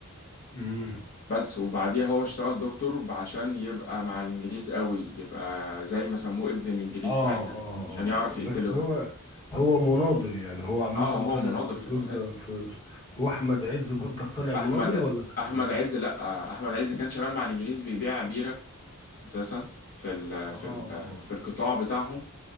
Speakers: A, on the left; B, on the left.
A: مم.
B: بس وبعديها هو اشتغل دكتور عشان يبقى مع الانجليز قوي يبقى زي ما سموه ابن الانجليز
A: اه
B: ساعتها
A: اه
B: عشان يعرف
A: اه
B: يقتلهم
A: بس هو هو مناضل يعني هو عامة
B: اه
A: طالع
B: هو مناضل
A: في
B: في
A: دور
B: الاساس
A: في في- هو أحمد عز برضك طالع
B: احمد
A: مناضل ولا كان
B: احمد عز لا احمد عز كان شغال مع الانجليز بيبيع بيرة اساسا في ال
A: اه
B: في ال
A: اه
B: في القطاع بتاعهم